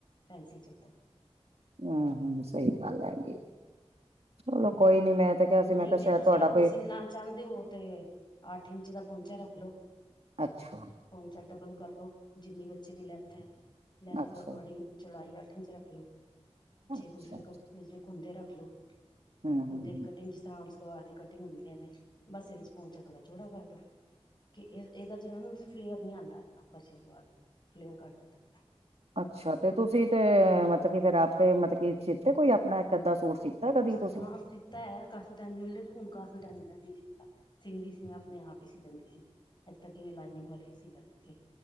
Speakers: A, on the left; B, on the right.
A: ਫੈਸੀ ਚੱਲਦਾ।
B: ਹਮ ਹਮ ਸਹੀ ਗੱਲ ਹੈਗੀ, ਚਲੋ ਕੋਈ ਨੀ ਮੈਂ ਤੇ ਕਿਹਾ ਸੀ
A: ਨਹੀਂ
B: ਮੈਂ ਕਿਹਾ
A: ਜੇ
B: ਸ਼ਾਇਦ
A: ਤੁਸੀਂ
B: ਤੁਹਾਡਾ
A: ਆਪੇ
B: ਕੋਈ
A: ਸਿਲਣਾ ਚਾਹੁੰਦੇ ਹੋ ਤੇ, ਅੱਠ ਇੰਚ ਦਾ ਪਹੁੰਚਾ ਰੱਖ ਲੋ।
B: ਅੱਛਾ।
A: ਪਹੁੰਚਾ ਡਬਲ ਕਰ ਲੋ, ਜਿੰਨੀ ਬੱਚੇ ਦੀ ਲੈਂਥ ਹੈ, ਲੈਂਥ
B: ਅੱਛਾ
A: ਦੇ ਅਕੋਰਡਿੰਗ ਚੌੜਾਈ ਅੱਠ ਇੰਚ ਰੱਖ ਲੋ, ਪਿੱਛੇ
B: ਅੱਛਾ
A: ਦੂਸਰੇ ਕੱਪੜੇ 'ਚ ਖੁੰਦੇ ਰੱਖ ਲੋ।
B: ਹੂੰ
A: ਕੁੰਦੇ
B: ਹੂੰ ਹੂੰ
A: ਦੀ ਕਟਿੰਗ ਜਿਸ ਤਰ੍ਹਾਂ ਆਮ ਸਲਵਾਰ ਦੀ ਕਟਿੰਗ ਹੁੰਦੀ ਹੈ ਐਵੇ, ਬਸ ਇਹਦੇ ਵਿੱਚ ਪਹੁੰਚਾ ਥੋੜਾ ਚੋੜਾ ਕੱਢ ਲਓ। ਕਿ ਇਹ ਇਹਦਾ ਚਲ ਨਾ ਫਲੇਅਰ ਨੀ ਆਉਂਦਾ ਇਨਾ, ਫਰਸ਼ੀ ਸਲਵਾਰ ਦਾ, ਫਲੇਅਰ ਘੱਟ ਹੁੰਦਾ।
B: ਅੱਛਾ, ਤੇ ਤੁਸੀਂ ਤੇ ਮਤਲਬ ਫੇਿਰ ਆਪੇ ਮਤਲਬ ਕੀ ਸੀਤੇ ਕੋਈ ਆਪਣਾ? ਇੱਕ ਅੱਧਾ ਸੂਟ ਸੀਤਾ ਕਦੀ ਤੁਸੀਂ
A: ਹਾਂ ਸ਼ <unintelligible> ਸਿਤਾਂ ਹੈ ਕਾਫੀ ਟਾਈਮ ਪੈਲੇ, ਹੁਣ ਕਾਫੀ ਟਾਈਮ ਮੈਂ ਨ ਨਹੀਂ ਸਿਤਾ, ਸਿੰਦੀ ਸੀ ਮੈਂ ਆਪਣੇ ਆਪ ਹੀ ਸੀ ਲੈਂਦੀ ਸੀ। ਐਦ ਤਕ ਲਾਈਨਿੰਗ ਵਾਲੇ ਵੀ ਸੀ ਲੈਂਦੇ ਸੀ